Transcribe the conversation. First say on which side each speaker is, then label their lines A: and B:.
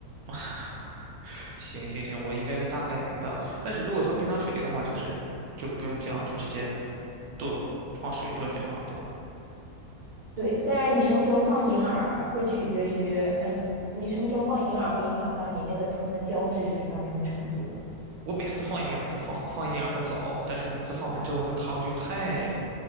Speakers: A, on the right; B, on the right.
A: <laughs> 行行行，我应该是大概明白了。但是如果做冰糖雪梨的话，就是就不用这样，就直接炖，放水炖就好了，对吧？
B: 对，但是你什么时候放银耳会取决于，呃，你你什么时候放银耳会影响到你那个汤的胶质是到什么程度？
A: 我每次放银耳都放放银耳和枣，但是每次放完之后，那个汤就太